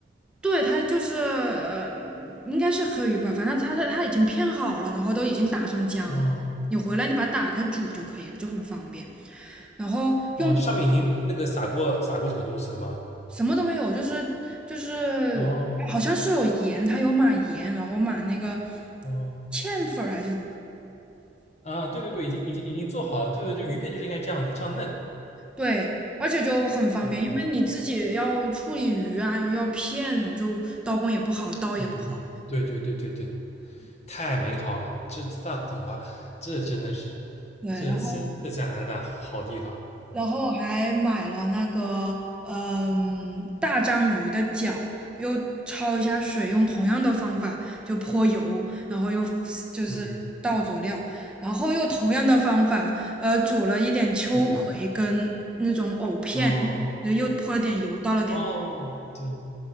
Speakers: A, in the centre; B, on the left.
A: 对，他就是呃，应该是黑鱼吧，反正他他他已经片好了，然后都已经打上浆你回来你把它打开煮就可以了，
B: 哦
A: 就很方便。然后用
B: 哦，这上面已经那个撒过撒过什么东西了吗？
A: 什么都没有，就是就是好像是有盐，
B: 哦
A: 它有码盐，然后码那个
B: 哦
A: 芡粉儿还是
B: 啊，对对对，已经已经已经做好了。对对，就鱼片就是应该这样子，这样嫩。
A: 对，而且就很方便，
B: 嗯
A: 因为你自己要处理鱼啊，要片，就刀工也不好，刀也不好。
B: 嗯嗯，对对对对对，太美好了，这这大红花，这真的是。
A: 对，
B: 这这加拿大好地方，
A: 然后。然后还买了那个嗯大章鱼的脚，又焯一下水，用同样的方法就泼油，然后又就是倒佐料，
B: 嗯
A: 然后又同样的方法，呃，煮了一点秋葵跟
B: 嗯，
A: 藕片，
B: 哦
A: 又泼了点油，倒了点，
B: 哦，对